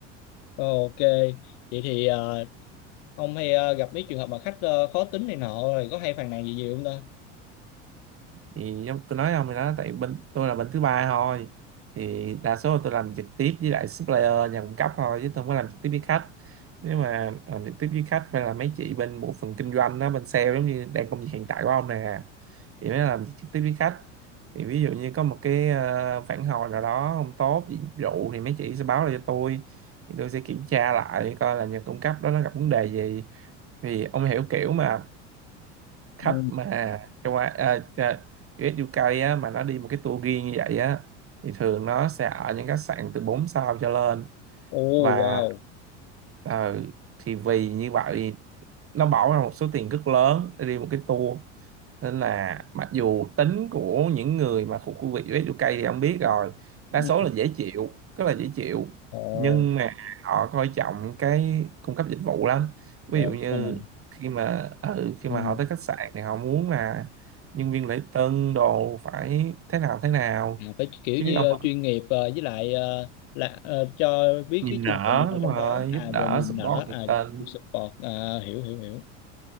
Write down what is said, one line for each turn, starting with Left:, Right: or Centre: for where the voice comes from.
Left: Ờ, Ok. Vậy thì ờ, ông hay ờ, gặp mấy trường hợp mà khách ờ, khó tính này nọ rồi có hay phàn nàn gì nhiều không ta?
Right: thì giống tôi nói ông thì đó tại bên tôi là bên thứ ba thôi thì đa số là tôi làm trực tiếp với lại supplier nhà cung cấp thôi chứ tôi không có làm trực tiếp với khách nếu mà làm trực tiếp với khách phải là mấy chị bên bộ phận kinh doanh đó bên sale giống như đang công việc hiện tại của ông nè thì mới làm trực tiếp với khách thì ví dụ như có một cái ờ, phản hồi nào đó không tốt về dịch vụ thì mấy chị sẽ báo lại cho tôi thì tôi sẽ kiểm tra lại coi là nhà cung cấp đó nó gặp vấn đề gì thì ông hiểu kiểu mà khách
Left: Ừ.
Right: mà châu Á à, à, US UK á, mà nó đi một cái tour riêng như vậy á thì thường nó sẽ ở những khách sạn từ 4 sao cho lên
Left: Ồ
Right: và
Left: wow.
Right: ờ, thì vì như vậy nó bỏ ra một số tiền rất lớn để đi một cái tour nên là mặc dù tính của những người mà thuộc khu vực US UK thì ông biết rồi đa
Left: Ừ.
Right: số là dễ chịu rất là dễ chịu
Left: Ồ.
Right: nhưng mà họ coi trọng cái cung cấp dịch vụ lắm ví
Left: Ồ,
Right: dụ như
Left: đúng rồi nè.
Right: khi mà ừ, khi
Left: Ừ.
Right: mà họ tới khách sạn thì họ muốn là nhân viên lễ tân đồ phải thế nào thế nào
Left: À, phải kiểu
Right: chứ
Left: như
Right: ông
Left: ờ, chuyên nghiệp ờ, với lại ờ, là ờ, cho biết
Right: nhìn
Left: cái
Right: nở
Left: chương trình ở
Right: đúng
Left: trong
Right: rồi
Left: đó à
Right: giúp
Left: rồi
Right: đỡ
Left: niềm
Right: support
Left: nở
Right: nhiệt
Left: à
Right: tình
Left: support à, hiểu hiểu hiểu